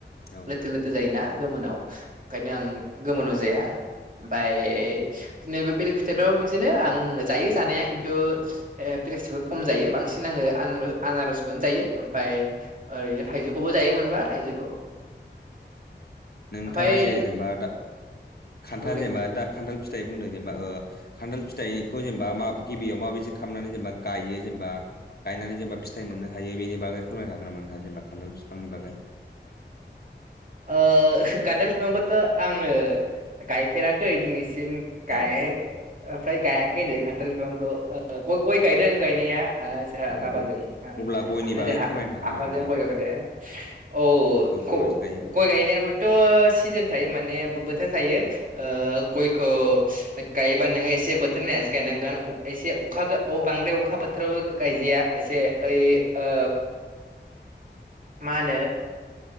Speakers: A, on the left; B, on the right.
A: औ
B: लोथो लोथो जायोना? गोमोनाव ओंखायनो आं गोमोनाव जाया। ओमफाय नैबे बेलेग फिथायफोराबो बिदिनो आं जायो जानाया खिन्थु, ओ
A: औ
B: बेलेग फिथाइखौ खम जायो बांसिन सिन आङो आनार-आनार'सखौनो
A: औ
B: जायो। ओमफाय ओरैनो थाइजौखौबो जायो मोनबा थाइजौखौ।
A: नोंथाङा
B: ओमफ्राय
A: जे, जेनेबा दा खान्थाल
B: औ दे
A: जेनेबा
B: बुं
A: दा खान्थाल फिथाइ बुंदों जेनेबा ओ खान्थाल फिथाइखौ जेनेबा मा गिबियाव माबायदि खामनानै जेनेबा गायो जेनेबा? गायनानै जेनेबा फिथाइ मोननो हायो बेनि बागै फोरमायनो हागोन नामा जेनेबा खान्थाल फिफांनि बागै?
B: ओ खान्थाल फिफांखौथ' आङो गायफेराखै दिनै सिम गाय
A: औ
B: ओमफाय गाय खै होनजायो खान्थाल फिफांखौ। ओ गय गायदों गायनाया। ओ जोंहा
A: औ
B: बाबाजों आं
A: अब्ला गयनि बागै
B: जोंहा
A: फोरमायनो हागोन
B: आफाजों
A: नामा नोंथाङा
B: गय गायफेरदो। औ
A: गयखौ
B: खौ
A: माबायदि गायो
B: गय गायनायाबोथ' सिजोन थायो माने बोथोर थायो।
A: औ
B: ओ ओ गयखो गायोबा नोङो एसे बोथोर नायनासो गायनांगोन एसे अखा बांद्राय अखा अखा बोथोरावबो गायजाया एसे ओइ ओ मा होनो